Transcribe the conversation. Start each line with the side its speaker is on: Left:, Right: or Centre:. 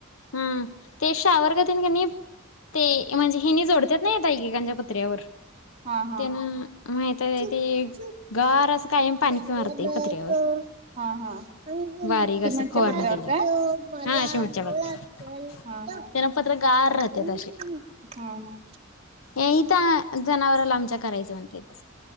Left: हम् ते शॉवर गतीनं कणी ते म्हणजे हिनि जोडत्यात नई आता एकेका पत्र्यावर
Right: हा-हा,
Left: तेन
Right: हा-हा
Left: माहित आहे ते गार
Right: सिमेंटच्या
Left: असं कायम पाणी मारतय पत्र्यावर
Right: पत्र्यावर काय.
Left: बारीक असं फवारणी
Right: ह
Left: केली हा शिमेटच्या
Right: हा
Left: पत्र्यावर त्यान
Right: हा
Left: पत्र गार राहत्यात
Right: हा
Left: हे इथ आ जनावरला आमच्या करायच म्हणते इथं असं